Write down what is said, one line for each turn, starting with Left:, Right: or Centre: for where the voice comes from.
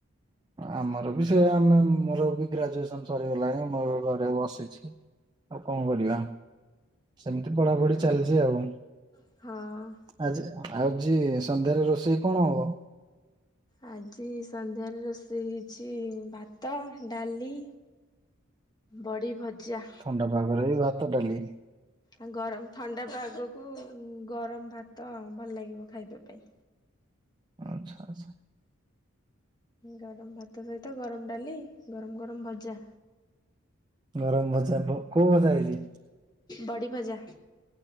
Right: ଆମର ବି ସେଇଆ ଆମେ ମୋର ବି ଗ୍ରାଜୁଏସନ ସରିଗଲାଣି ମୁଁ ଏବେ ଘରେ ବସିଛି। ଆଉ କଣ କରିବା ସେମତି ପଢ଼ାପଢ଼ି ଚାଲଚି ଆଉ।
Left: ହଁ।
Right: ଆଜି ଆଜି ସନ୍ଧ୍ୟାରେ ରୋଷେଇ କଣ ହବ?
Left: ଆଜି ସନ୍ଧ୍ୟାରେ ରୋଷେଇ ହେଇଛି ଭାତ, ଡ଼ାଲି ବଡ଼ି ଭଜା।
Right: ଥଣ୍ଡା ପାଗରେ ବି ଭାତ, ଡ଼ାଲି?
Left: ଆଁ ଗରମ ଥଣ୍ଡା ପାଗକୁ ଗରମ ଭାତ ଭଲ ଲାଗିବ ଖାଇବା ପାଇଁ।
Right: ଆଚ୍ଛା ଆଚ୍ଛା।
Left: ଗରମ ଭାତ ସହିତ ଗରମ ଡାଲି ଗରମ ଗରମ ଭଜା।
Right: ଗରମ ଭଜା ପୋ କୋଉ ଭଜା ହେଇଚି?
Left: ବଡ଼ି ଭଜା।